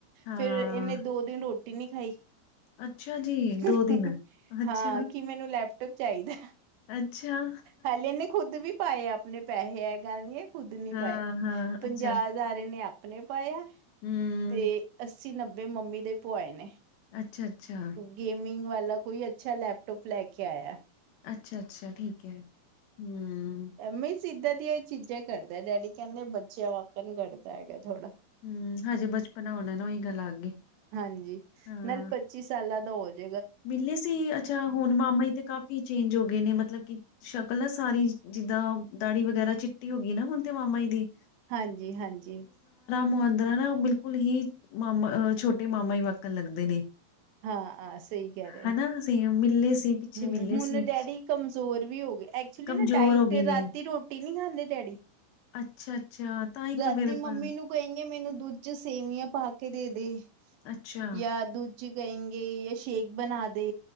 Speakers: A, on the left; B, on the right.
A: ਹਾਂ
B: ਫਿਰ ਇਹਨੇ ਦੋ ਦਿਨ ਰੋਟੀ ਨਹੀਂ ਖਾਈ।
A: ਅੱਛਾ ਜੀ
B: ਹਮ
A: ਦੋ ਦਿਨ
B: ਹੂ ਹੂ
A: ਅੱਛਾ
B: ਹਾਂ ਕੀ ਮੈਨੂੰ ਲੈਪਟੋਪ ਚਾਹੀਦਾ।
A: ਅੱਛਾ
B: ਹਾਲੇੇ ਇਹਨੇ ਖੁੱਦ ਵੀ ਪਾਏ ਆ ਆਪਣੇ ਪੈਸੇ ਐ, ਏ ਗੱਲ ਨੀ ਹੈ ਖੁੱਦ ਨੀ
A: ਹਾਂ
B: ਪਾਏ,
A: ਹਾਂ
B: ਪੰਜਾਹ
A: ਅੱਛਾ
B: ਹਜ਼ਾਰ ਐਨੇ ਆਪ ਆਪਣੇ ਪਾਏ ਆ
A: ਹੂੰ
B: ਤੇ ਅੱਸੀ ਨੱਬੇ ਮੰਮੀ ਦੇ ਪੂਆਏ ਨੇ।
A: ਅੱਛਾ ਅੱਛਾ।
B: ਗੇਮਿੰਗ ਵਾਲਾ ਕੋਈ ਅੱਛਾ ਲੈਪਟੋਪ ਲੈ ਕੇ ਆਇਆ।
A: ਅੱਛਾ ਅੱਛਾ ਠੀਕ ਹੈ, ਹੂ।
B: ਮੀਂਸ ਇੱਦਾਂ ਦੀਆਂ ਇਹ ਚੀਜ਼ਾਂ ਕਰਦਾ, ਡੈਡੀ ਕਹਿੰਦੇ ਬੱਚਿਆਂ ਵਾਕਣ ਕਰਦਾ ਹੈਗਾ ਥੋੜਾ।
A: ਹੂ, ਹਜੇ ਬਚਪਨਾ ਹੋਣਾ ਨਾ, ਔਹੀ ਗੱਲ ਆ ਗਈ।
B: ਹਾਂਜੀ
A: ਹਾਂ
B: ਨਾਲ ਪੱਚੀ ਸਾਲਾਂ ਦਾ ਹੋ ਜਾ
A: ਮਿਲੇ ਸੀ, ਅੱਛਾ ਹੁਣ ਮਾਮਾ ਹੀ ਤੇ ਕਾਫ਼ੀ ਚੇਂਜ ਹੋ ਗਏ ਨੇ, ਮਤਲਬ ਕਿ ਸ਼ਕਲ ਨਾ ਸਾਰੀ ਜਿੱਦਾਂ ਦਾੜੀ ਵਗੈਰਾ ਚਿੱਟੀ ਹੋ ਗਈ ਨਾ ਹੁਣ ਤੇ, ਮਾਮਾ ਜੀ ਦੀ।
B: ਹਾਂਜੀ ਹਾਂਜੀ।
A: ਮੁਹਦਰਾ ਨਾ ਬਿਲਕੁਲ ਹੀ ਮਾਮਾਹ ਛੋਟੇ ਮਾਮਾ ਹੀ ਵਕਣ ਲੱਗਦੇ ਨੇ।
B: ਹਾਂ ਹਾਂ ਸਹੀ ਕਹਿ ਰਹੇ
A: ਹਨਾ
B: ਹੋ।
A: ਅਸੀਂ ਮਿਲੇ ਸੀ ਪਿੱਛੇ
B: ਹਮ
A: ਮਿਲੇ
B: ਹੁਣ
A: ਸੀ
B: ਡੈਡੀ ਕਮਜ਼ੋਰ ਵੀ ਹੋ ਗਏ, ਐਕਚੁਲੀ
A: ਕਮਜ਼ੋਰ
B: ਨਾ ਡਾਇਟ
A: ਹੋ ਗਏ ਨੇ
B: ਰਾਤੀ ਰੋਟੀ ਨਹੀਂ ਖਾਂਦੇ ਡੈਡੀ <inaudible>
A: ਅੱਛਾ। ਅੱਛਾ ਤਾਂ ਹੀ
B: ਰਾਤੀ
A: ਫਿਰ
B: ਮੰਮੀ
A: ਪਰ
B: ਨੂੰ ਕਹਿੰਗਏ ਮੈਨੂੰ ਦੁੱਧ ਚ ਸੇਵੀਆਂ ਪਾ ਕੇ ਦੇ ਦੇ।
A: ਅੱਛਾ
B: ਯਾ ਦੂੱਧ ਚੀ ਕਹਿਗੇ, ਜਾਂ ਸ਼ੇਕ ਬਣਾ ਦੇ।